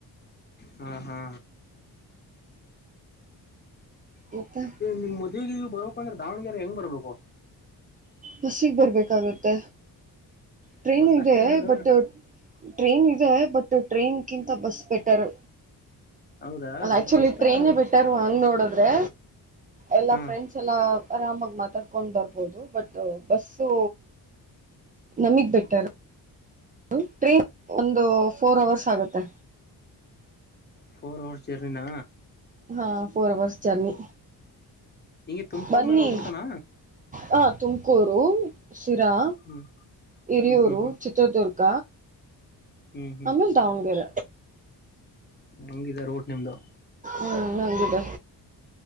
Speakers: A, on the left; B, on the right.
A: ಹಾ ಹಾ
B: ಮತ್ತೆ
A: ನಿಮ್ ಮದುವೆಗೆ ಇವು ಬರಬೇಕು ಅಂದ್ರೆ ದಾವಣಗೆರೆ ಹೆಂಗ್ ಬರ್ಬೇಕು
B: ಬಸ್ಿಗೆ ಬರ್ಬೇಕಾಗತ್ತೆ ಟ್ರೈನು
A: ಬಸ್
B: ಇದೆ
A: ಅಷ್ಟೇ ಇರೋದು
B: ಬಟ್ ಟ್ರೈನ್ ಇದೆ ಬಟ್ ಟ್ರೈನ್ ಕಿಂತ ಬಸ್ ಬೆಟರ್
A: ಹೌದಾ
B: ಅಲ್ಲ ಆಕ್ಚುಲಿ
A: ಎಷ್ಟ್
B: ಟ್ರೈನೇ
A: ಅವರ್ ಆಗುತ್ತೆ
B: ಬಿಟ್ಟಾರ ಹಂಗ್ ನೋಡೋದು ಎಲ್ಲಾ
A: ಹಾ
B: ಫ್ರೆಂಡ್ಸ್ ಎಲ್ಲಾ ಆರಾಮ ಮಾತಾಡ್ಕೊಂಡ್ ಬರ್ಬೋದು ಬಟ್ ಬಸ್ಸು ನಮಗ್ ಬೆಟ್ಟರ್ ೌ ಟ್ರೈನ್ ಒಂದು ಫೋರ್ ಅವರ್ಸ್ ಆಗುತ್ತೆ
A: ಫೋರ್ ಅವರ್ಸ್ ಜರ್ನಿನ
B: ಹಾ ಫೋರ್ ಅವವರ್ಸ್ ಜರ್ನಿ
A: ಹಿಂಗೆ ತುಮಕೂರ್
B: ಬನ್ನಿ
A: ಮೇಲೆ ಹೋಗ್ಬಿಡ್ತಾನ
B: ಹ ತುಮಕೂರು ಸಿರಾ
A: ಹ್ಮ್
B: ಹಿರಿಯೂರು
A: ಹ್ಮ್ ಹ್ಮ್ ಹ್ಮ್
B: ಚಿತ್ರದುರ್ಗ
A: ಹ್ಮ್
B: ಆಮೇಲ್ ತ ಅವಣಗೆರ
A: ಹಂಗಿದಾರ ಊಟ್ ನಿಮ್ದು
B: ಹ ನಂಗದು